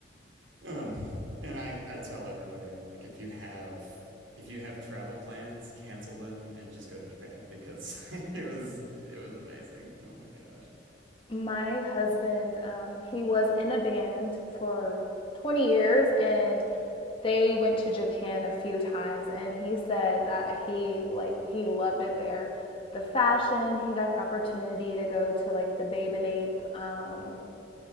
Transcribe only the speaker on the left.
My husband, um, he was in a band for 20 years and they went to Japan a few times and he said that he like he loved it there. The fashion, he got an opportunity to go to like the Babe and Ape um,